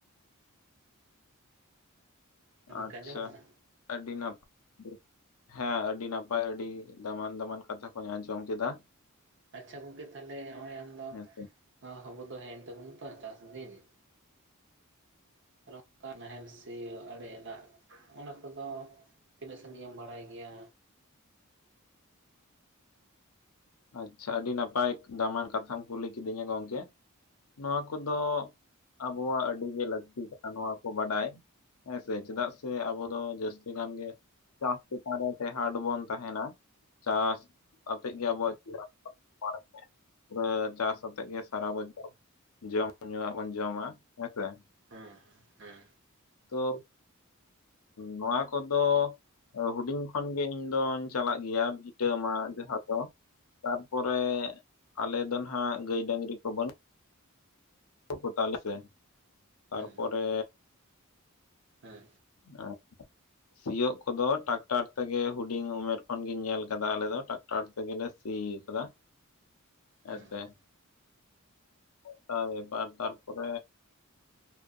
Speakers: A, on the right; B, on the left.
A: ᱜᱚᱝᱠᱮ
B: ᱟᱪᱪᱷᱟ
A: ᱟᱸᱡᱚᱢᱚᱜ ᱠᱟᱱᱟ
B: ᱾ ᱟᱹᱰᱤ ᱱᱟᱯᱟᱭ ᱦᱮᱸ ᱟᱹᱰᱤ ᱱᱟᱯᱟᱭ ᱟᱹᱰᱤ ᱫᱟᱢᱟᱱ ᱫᱟᱢᱟᱱ ᱠᱟᱛᱷᱟ ᱠᱚᱧ ᱟᱸᱡᱚᱢ ᱠᱮᱫᱟ ᱾
A: ᱟᱪᱪᱷᱟ ᱜᱚᱢᱠᱮ ᱛᱟᱦᱞᱮ ᱱᱚᱜᱼᱚᱭ ᱟᱢ ᱫᱚ
B: ᱦᱮᱸᱥᱮ
A: ᱟᱵᱩ ᱫᱚ ᱦᱮᱡᱭᱮᱱ ᱛᱟᱵᱚᱱᱟ ᱛᱚ ᱪᱟᱥ ᱫᱤᱱ ᱾ ᱱᱚᱝᱠᱟ ᱱᱟᱦᱮᱞ ᱥᱮ ᱟᱲᱮ ᱞᱟᱜ ᱚᱱᱟ ᱠᱚᱫᱚ ᱛᱤᱱᱟᱹᱜ ᱥᱟᱺᱜᱤᱮᱢ ᱵᱟᱲᱟᱭ ᱜᱮᱭᱟ?
B: ᱟᱪᱪᱷᱟ ᱟᱹᱰᱤ ᱱᱟᱯᱟᱭ ᱫᱟᱢᱟᱱ ᱠᱟᱛᱷᱟᱢ ᱠᱩᱞᱤ ᱠᱤᱫᱤᱧᱟ ᱜᱚᱝᱠᱮ ᱾ ᱱᱚᱣᱟ ᱠᱚᱫᱚ ᱟᱵᱚᱣᱟᱜ ᱟᱹᱰᱤ ᱜᱮ ᱞᱟᱹᱠᱛᱤ ᱠᱟᱱᱟ ᱱᱚᱣᱟ ᱠᱚ ᱵᱟᱰᱟᱭ ᱾ ᱦᱮᱸᱥᱮ ᱪᱮᱫᱟᱜ ᱥᱮ ᱟᱵᱚ ᱫᱚ ᱡᱟᱹᱥᱛᱤ ᱜᱟᱱ ᱜᱮ ᱪᱟᱥ ᱪᱮᱛᱟᱱ ᱨᱮ ᱴᱮᱦᱟᱰ ᱵᱚᱱ ᱛᱟᱜᱤᱱᱟ ᱾ ᱪᱟᱥ ᱟᱛᱮᱫ ᱜᱮ ᱟᱵᱚᱣᱟᱜ <unintelligible> ᱯᱩᱨᱟᱹ ᱪᱟᱥ ᱟᱛᱮᱜ ᱜᱮ ᱥᱟᱨᱟ ᱵᱚᱪᱷᱟᱨ ᱡᱚᱢ ᱧᱩᱣᱟᱜ ᱵᱚᱱ ᱡᱚᱢᱟ ᱦᱮᱸᱥᱮ ᱾
A: ᱦᱮᱸ ᱦᱮᱸ
B: ᱛᱚ ᱱᱚᱣᱟ ᱠᱚᱫᱚ ᱦᱩᱰᱤᱧ ᱠᱷᱚᱱᱜᱮᱧ ᱤᱧ ᱫᱚᱧ ᱪᱟᱞᱟᱜ ᱜᱮᱭᱟ ᱵᱷᱤᱴᱟᱹ ᱢᱟᱜ ᱡᱟᱦᱟᱸ ᱫᱚ ᱛᱟᱨᱯᱚᱨᱮ ᱟᱞᱮ ᱫᱚ ᱱᱟᱦᱟᱜ ᱜᱟᱹᱭ ᱰᱟᱹᱝᱨᱤ ᱠᱚ ᱵᱟᱹᱱᱩᱜ ᱠᱚ ᱛᱟᱞᱮ ᱥᱮ ᱛᱟᱨᱯᱚᱨᱮ
A: ᱦᱮᱸ
B: <unintelligible>
A: ᱦᱮᱸ
B: ᱥᱤᱭᱳᱜ ᱠᱚᱫᱚ ᱴᱟᱠᱴᱟᱨ ᱛᱮᱜᱮ ᱦᱩᱰᱤᱧ ᱩᱢᱮᱨ ᱠᱷᱚᱱᱜᱤᱧ ᱧᱮᱞ ᱟᱠᱟᱫᱟ ᱟᱞᱮᱫ ᱫᱚ ᱴᱟᱠᱴᱟᱨ ᱴᱟᱠᱴᱟᱨ ᱛᱮᱜᱮᱞᱮ ᱥᱤᱭ ᱠᱟᱫᱟ, ᱦᱮᱸᱥᱮ
A: ᱦᱮᱸ
B: ᱾ <unintelligible> ᱛᱟᱨᱯᱚᱨ